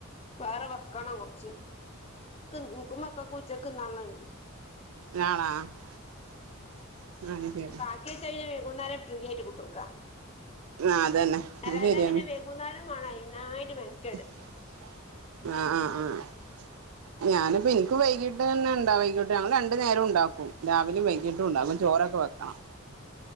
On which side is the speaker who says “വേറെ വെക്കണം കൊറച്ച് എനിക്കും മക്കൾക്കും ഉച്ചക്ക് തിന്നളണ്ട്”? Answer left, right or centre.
Left